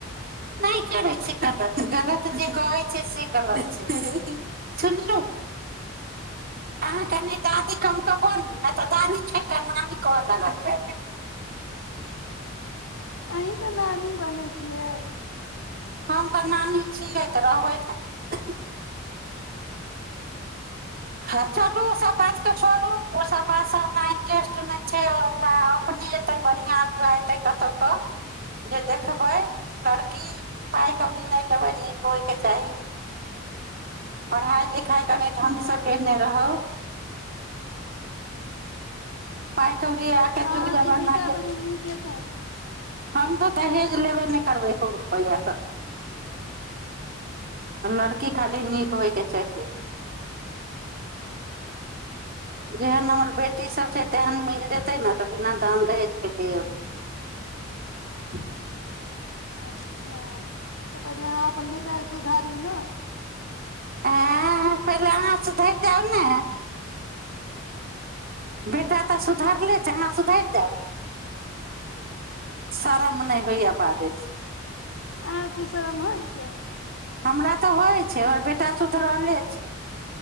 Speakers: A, on the right (about 45°); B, on the left (about 80°).
A: नहि करै छै गलत गलत जे कहै छै से गलत छै सुनलहु अहाँ कनि दादी कम कऽ बनू नहि तऽ दादी छोड़ि कऽ नामी कहऽ लागत
B: अहीं तऽ नानी बनै छियै
A: हम तऽ नानी छियै तऽ रहबै ने हँ चलू ओसभ बातके छोड़ू ओसभ बातसँ हमरा इंटरेस्ट नहि छै हमरा अपने एतै बढ़िआँ अगुआ एतै कतहुके जे देखबै लड़की पाइ कौड़ी नहि लेबै नीक होयके चाही पढ़ाइ देखाय कने
B: अच्छा
A: ढंगगसँ केने रह पा आुग
B: तऽ अहाँके
A: जमाना
B: बेटा पहिले नीक हेतै
A: हम तो दहेज लेबे ने करबै एको रुपैआ तऽ लड़की खाली नीक होयके चाहियए जेहन हमर बेटी सब छै तेहन मिल जेतै ने तऽ बिना दान दहेज के ले अबै
B: अच्छा तऽ पहिले अहाँ अपन बेटाके सुधारू ने
A: हँ पहिले अाँ सुधरि जाउ ने बेटा तऽ सुधरले छै अहाँ सुधरि जायब सारा म नहि होइय बाजैसँ
B: अहकेशरम होइ छै
A: हमरा तऽ होइ छै आओर बेटा सुधरले छै